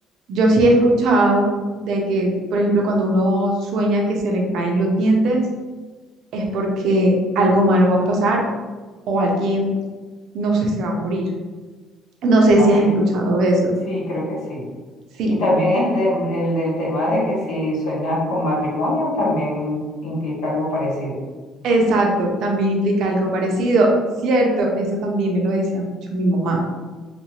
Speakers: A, on the right (about 55°); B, on the left (about 75°).
A: yo sí he escuchado de que, por ejemplo, cuando uno sueña que se le caen los dientes, es porque algo malo va a pasar o alguien, no sé, se va a morir. No sé
B: Ah,
A: si has
B: sí,
A: escuchado eso.
B: sí, creo que sí.
A: Sí,
B: Y también el, de, el del tema de que si sueñas con matrimonio también implica algo parecido.
A: exacto, también implica algo parecido. Cierto, eso también me lo decía mucho mi mamá.